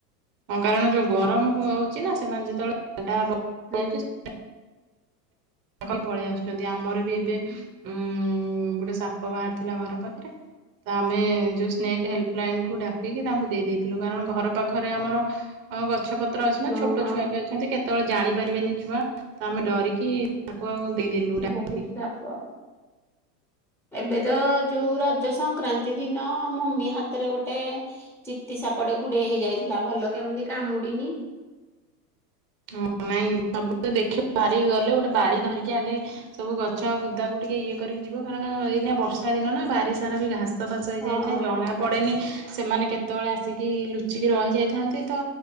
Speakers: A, on the right; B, in the centre.
A: ହଁ କାରଣ ଯୋଉ ଗରମ ହଉଚି ନା ସେମାନେ ଯେତେବେଳେ ଥଣ୍ଡା
B: ହୁଁ।
A: <unintelligible> ଅଙ୍କଲ୍ ପଳେଇ ଆସୁଚନ୍ତି ଆମର ବି ଏବେ ଉଁ ଗୋଟେ ସାପ ବାହାରିଥିଲା ଘର ପାଖରେ। ତ ଆମେ ଯେଉଁ ସ୍ନେକ୍ ହେଲ୍ପଲାଇନକୁ ଡାକିକି ତାଙ୍କୁ ଦେଇେ ଦେଇଥିଲୁ କାରଣ ଘର ପାଖରେ ଆମର ହ ଗଛ ପତ୍ର ଅଛି ନା
B: ହଁ
A: ଛୋଟ
B: ହଁ
A: ଛୁଆ ବି ଅଛନ୍ତି କେତେବେଳେ ଜାଣି ପାରିବେନି ଛୁଆ ତ ଆମେ ଡରିକି ତାକୁ ଆଉ ଦେଇଦେଲୁ। ଡାକିକି
B: ବହୁତ ସାପ। ଏବେ ତ ଯୋଉ ରଜ ସଂକ୍ରାନ୍ତି ଦିନ ମମି ହାତରେ ଗୋଟେ ଚିତି ସାପଟେ ଗୁଡେଇ ହେଇଯାଇଥିଲା ଭଲ କେମିତି କାମୁଡିନି।
A: ହଁ ନାଇଁ ସବୁବେ ଦେଖ ବାହାରିକି ଗଲେ ଗୋଟେ ବାଡି ଧରିକି ଆଗେ ସବୁ ଗଛ ବୁଦାକୁ ଟିକେ ଇଏ କରିକି ଯିବ କାରଣ ଏଇନା ବର୍ଷା ଦିନ ନା ବାରି ସାରା ବି ଘାସ। ଘାସଫାସ ହୋଇଯାଇଥାଏ
B: ହଁ
A: ଜଣା
B: ହଁ।
A: ପଡ଼େନି ସେମାନେ କେତେବେଳେ ଆସିକି ଲୁଚିକି ରହିଯାଇଥାନ୍ତି ତ